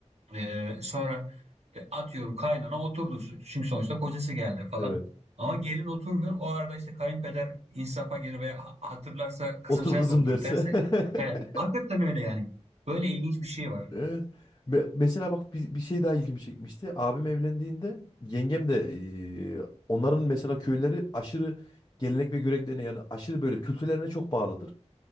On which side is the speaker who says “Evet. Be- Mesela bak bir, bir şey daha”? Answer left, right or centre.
Left